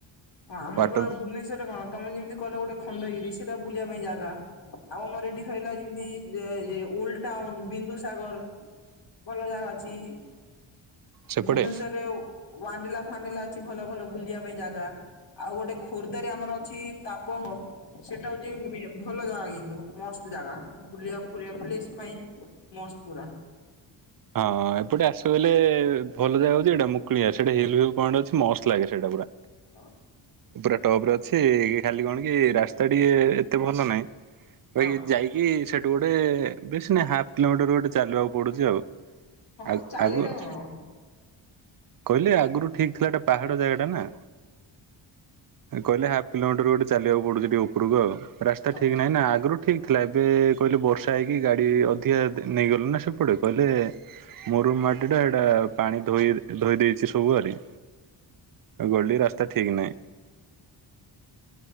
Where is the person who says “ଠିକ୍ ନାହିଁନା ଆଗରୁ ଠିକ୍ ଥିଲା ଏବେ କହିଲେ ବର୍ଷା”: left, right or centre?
Right